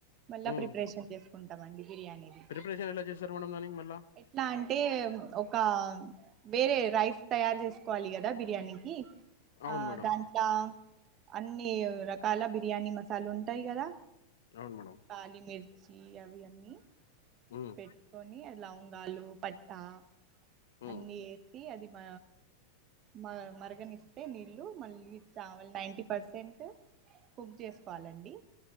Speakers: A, on the right (about 30°); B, on the left (about 60°).
A: మళ్ళా
B: ఉమ్
A: ప్రిపరేషన్ చేసుకుంటామండి బిర్యానీది
B: ప్రిపరేషన్ ఎలా చేస్తారు మేడం దానికి మళ్ళా
A: ఎట్లా అంటే ఒక వేరే రైస్ తయారు చేసుకోవాలి కదా బిర్యానీకి
B: అవును
A: ఆ
B: మేడం
A: దాంట్ల అన్ని రకాల బిర్యానీ మసాలా ఉంటాయి కదా
B: అవును మేడం
A: కాలిమిర్ ర్చి అవి అన్నీ
B: ఉమ్
A: పెట్టుకొని లవంగాలు పట్టా
B: ఉమ్
A: అన్ని ఏసి అది మ మ మరగనిస్తే నీళ్ళు మళ్ళీ చావల్ నైంటీ పర్సెంట్ కుక్ చేసుకోవాలండి